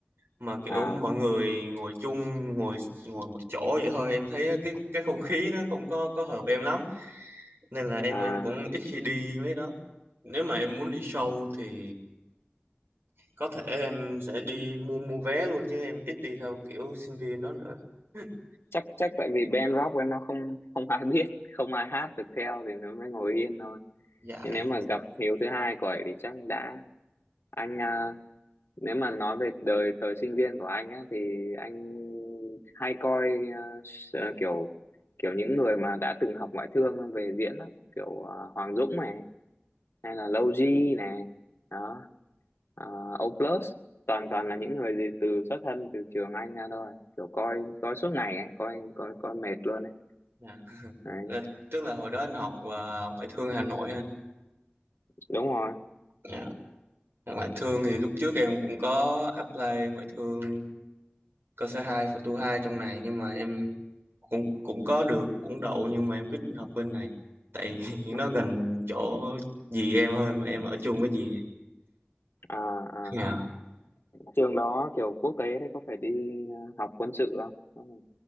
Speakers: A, on the right; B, on the left.
A: mà kiểu
B: à,
A: mọi người ngồi chung ngồi ngồi một chỗ vậy thôi em thấy cái cái không khí nó không có có hợp em lắm nên là em
B: à.
A: em cũng ít khi đi mấy đó nếu mà em muốn đi show thì có thể em sẽ đi mua mua vé luôn chứ em ít đi theo kiểu sinh viên đó nữa <laughs>
B: Chắc chắc tại vì band rock ấy nó không không ai <laughs> biết, không ai hát được theo thì nó mới ngồi yên thôi.
A: dạ
B: Thế nếu
A: em
B: mà gặp hiếu thứ hai của ấy thì chắc đã anh à, nếu mà nói về đời thời sinh viên của anh á thì anh hay coi à, s- à, kiểu kiểu những người mà đã từng học ngoại thương về diễn lắm kiểu à, Hoàng Dũng này hay là Lâu G này đó à, O Plus toàn toàn là những người gì từ xuất thân từ trường anh ra thôi kiểu coi coi suốt ngày ấy coi coi coi mệt luôn ấy
A: dạ.
B: Đấy,
A: Ờ, tức là hồi đó anh học và ngoại thương Hà Nội ha
B: đúng rồi
A: dạ. ngoại thương thì lúc trước em cũng có apply ngoại thương cơ sở 2, và tu 2 trong này nhưng mà em cũng cũng có được cũng đậu nhưng mà em quyết định học bên này tại <laughs>
B: Ừ.
A: nó gần chỗ dì em hơn mà em ở chung với dì em.
B: à, à.
A: dạ
B: trường đó kiểu quốc tế đấy có phải đi ờ, học quân sự không